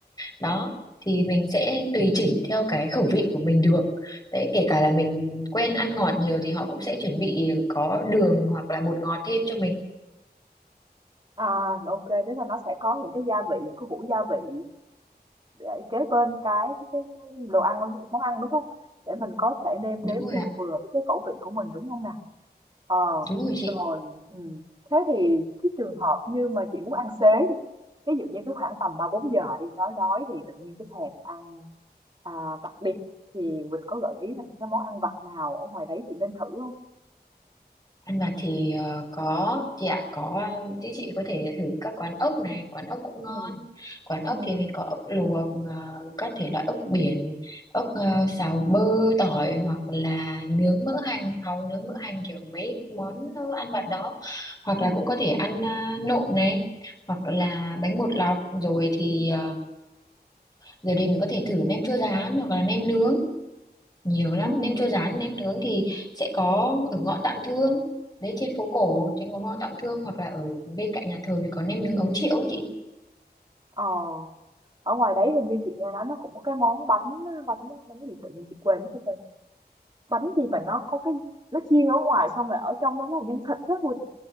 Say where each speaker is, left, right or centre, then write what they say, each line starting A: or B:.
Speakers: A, on the left (about 25°); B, on the right (about 30°).
A: đó thì mình sẽ tùy chỉnh theo cái khẩu vị của mình được đấy kể cả là mình quen ăn ngọt nhiều thì họ cũng sẽ chuẩn bị có đường hoặc là bột ngọt thêm cho mình
B: À, ok, tức là nó sẽ có những cái gia vị, những cái hũ gia vị để kế bên cái cái cái đồ ăn, món ăn đúng không? Để mình có thể nêm
A: đúng
B: nếm
A: rồi
B: cho
A: ạ
B: vừa với cái khẩu vị của mình đúng không nào? Ờ,
A: đúng rồi chị
B: rồi, ừ. Thế thì cái trường hợp như mà chị muốn ăn xế đi, ví dụ như cái khoảng tầm ba bốn giờ đi, đói đói thì tự nhiên cái thèm ăn à, vặt đi, thì mình có gợi ý là những cái món ăn vặt nào ở ngoài đấy chị nên thử không?
A: Ăn vặt thì ờ, có chị ạ có ờ, chứ chị có thể thử các quán ốc này quán ốc cũng ngon
B: Ừ.
A: quán ốc
B: Ừ.
A: thì mình có ốc luộc ờ, các thể loại ốc biển ốc ờ, xào bơ tỏi hoặc là nướng mỡ hành hàu nướng mỡ hành kiểu mấy món ờ, ăn vặt đó hoặc
B: Ừ.
A: là cũng có thể ăn ờ, nộm này hoặc là bánh bột lọc rồi thì
B: Ừ.
A: ờ, giờ thì mình có thể thử nem chua rán hoặc là nem nướng nhiều lắm
B: Ừ.
A: nem chua rán
B: Ừ.
A: nem nướng thì sẽ có ở ngõ Tạm Thương đấy trên phố cổ trên ngõ ngõ Tạm Thương hoặc là ở bên cạnh nhà thờ thì có nem nướng ấu triệu ấy chị
B: Ờ. Ở ngoài đấy hình như chị nghe nói nó cũng có cái món bánh bánh bánh gì tự nhiên chị quên mất cái tên. Bánh gì mà nó có cái nó chiên ở ngoài xong rồi ở trong đó là nhân thịt đó Quỳnh.